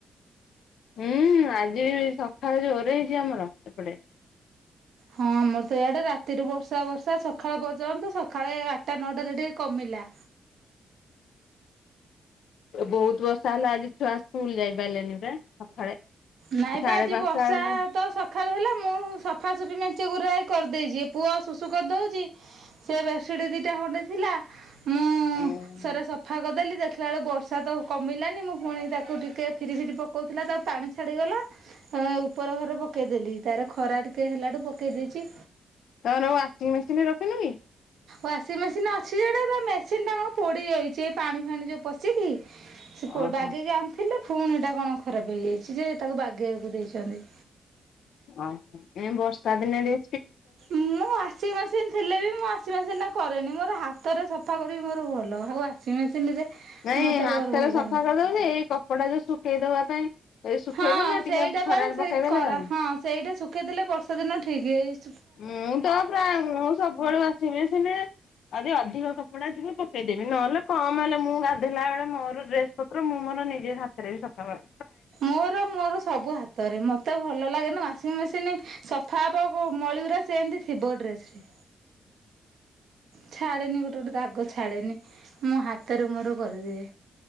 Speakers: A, on the left; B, on the right.
A: ହୁଁ ଆଜି ସକାଳେ ଜୋର ହେଇଛି ଆମର ଏପଟେ।
B: ହଁ ଆମର ତ ଇଆଡେ ରାତିରୁ ବର୍ଷା ବର୍ଷା ସକାଳେ ବଜାନ୍ତୁ ସକାଳେ। ତା ଅର୍ଡ଼ର ଟିକେ କମିଲା।
A: ବହୁତ ବର୍ଷା ହେଲା ଆଜି ଛୁଆ ସ୍କୁଲ ଯାଇପାରିଲେନି ପୁରା ସକାଳେ।
B: ନାଇଁ
A: ସାଢେ
B: ବା ଆଜି
A: ପାଞ୍ଚଟା
B: ବର୍ଷା
A: ବେଳକୁ
B: ତ। ସଖାଳୁ ହେଲା ମୁଁ ସଫାସଫି ମେଞ୍ଚି ଗୁୁର କରିଦେଇଛି ପୁଅ ଶୁଶୁ କରିଦେଉଛି ସେ। ସେ ଦିଟା ହଣ୍ଡେ ଥିଲା ମୁଁ
A: ଉଁ
B: ସରେ ସଫା କରିଦେଲି। ଦେଖିଲା ବେୁ ବର୍ଷା ତ କମିଲାନି ମୁଁ ପୁଣି ତାକୁ ଟିକେ ଫିରି ଫିରି ପକଉଥିଲା ତା ପାଣି। ଛାଡିଗଲା ଉପର ଘରେ ପକେଇଦେଲି ତାର ଖରା ଟିକେ ହେଲାଠୁ ପକେଇ ଦେଇେଇଛି।
A: ତୋର ୱାସିଂ ମେସିନ ରେ ରଖିଲୁ କି।
B: ୱାସିଂ ମେସିନ ଅଛି ଯେଟା ତା ମେସିନ ଟା କଣ ପୋଡି ଯାଇଛି ପାଣି ଫାଣି ଯୋଉ ପଶିକି। ସେ
A: ଓହୋ
B: ବାଗିକି ଆଣିଥିଲେ ପୁଣି ଟା କଣ ଖରାପ ହେଇଯାଇଛି। ଯେ ତାକୁ ବାଗେଇକୁ ଦେଇଛନ୍ତି।
A: ଓହୋ ଏ ବର୍ଷା ଦିନେରେ।
B: ମୁଁ ଆସିସିିନ ଥିଲେ ବି ମୁଁ ୱାସିଂ ମେସିନ୍ ଟ କରେନି ମୋର ହାତରେ ସଫା କରି ମୋର ଭଲ ଆଉ ୱାସିଂ ମେସିନ ରେ।
A: ନାଇଁ
B: ମତେ
A: ହାତରେ
B: ମୋର ଭଲ ଲାଗେନି।
A: ସଫା କରିଦଉନ ଏଇ କପଡଟା ଯୋଉ ଶୁଖେଇ ଦବା ପାଇଁ। ଏ ଶୁଖେଇଦେଲେ
B: ହଁ
A: ଟିକେ
B: ସେଇଟା
A: ଖରାରେ
B: ପାଇଁ ସେ
A: ପକେଇଦେଲେ
B: କରା
A: ଆଉ
B: ହଁ ସେଇଟା ଶୁଖେଇଦେଲେ ବର୍ଷା ଦିନ ଠିକ୍ ହେଇଛି।
A: ମୁଁ ତ ପ୍ରାୟ ମୁଁ ସବୁବେଳୁ ଆସିବି ସିମେ ଆଦି ଅଧିକ କପଡା ଥିବ। ପକେଇଦେବି ନହେଲେ କମ ହେଲେ ମୁଁ ଗାଧୋଇେଇଲା ବେଳେ ମୋର ଡ୍ରେସ ପତ୍ର ମୁଁ ମୋର ନିଜେ ହାତରେ ବି ସଫା କରି।
B: ମୋର ମୋର ସବୁ ହାତରେ ମତେ ଭଲ ଲାଗେନ ୱାସିଂ ମେସିନ। ସଫାବ ମଳିବୁରା ସେ ଏମତି ଥିବ ଡ୍ରେସ ରେ। ଛାଡେନି ଗୋଟେ ଗୋଟେ ଦାଗ ଛାଡେନି ମୋ ହାତରେ ମୋର କରିଦିଏ।